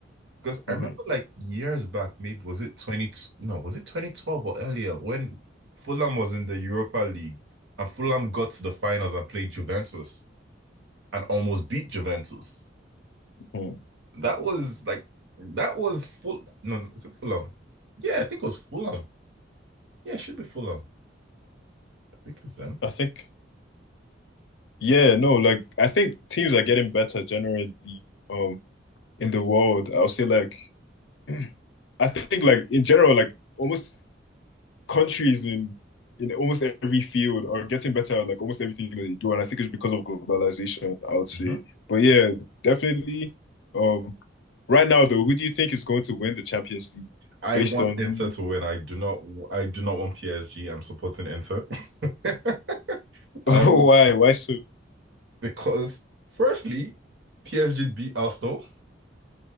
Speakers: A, on the right; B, on the left.
A: Because
B: Mhm.
A: I remember like years back, maybe was it 20, no, was it 2012 or earlier when Fulham was in the Europa League and Fulham got to the finals and played Juventus and almost beat Juventus.
B: Mhm.
A: That was like that was full no, is it Fulham? Yeah, I think it was Fulham. Yeah, it should be Fulham. I think it's them.
B: I think. Yeah, no, like I think teams are getting better generally um in the world. I'll say like <clears throat> I think like in general, like almost countries in in almost every field are getting better at like almost everything that they do. And I think it's because of globalization, I would say.
A: Mm-hmm.
B: But yeah, definitely. Um right now though, who do you think is going to win the Champions League
A: I
B: based
A: want
B: on
A: Inter to win. I do not. I do not want PSG. I'm supporting Inter. <laughs> I
B: who? <laughs> why? Why so
A: because firstly, PSG beat Arsenal.